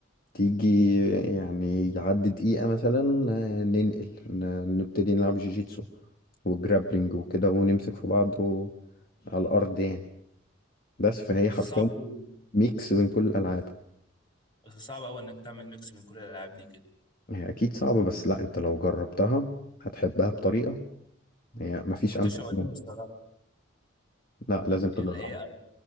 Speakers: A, on the left; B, on the left.
A: تيجي يعني يعدي دقيقة مثلا آه، ننقل ن- نبتدي نلعب جيجيتسو وجرابلينج وكده ونمسك في بعض و- على الأرض يعني بس فهي
B: بس
A: حرفيا
B: صعب قوي
A: ميكس بين كل الألعاب
B: بس صعب قوي انك تعمل ميكس بين كل الالعاب دي كده
A: هي أكيد صعبة بس لا أنت لو جربتها هتحبها بطريقة هي مفيش
B: هو انت
A: أمتع
B: شوقتني
A: منها
B: الصراحه
A: لا لازم
B: يعني
A: تجربها
B: اللي هي